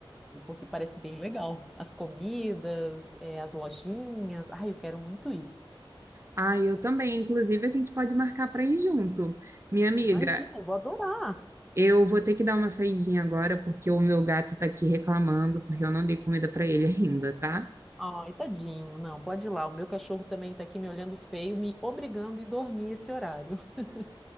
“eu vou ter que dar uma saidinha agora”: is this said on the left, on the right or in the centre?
Right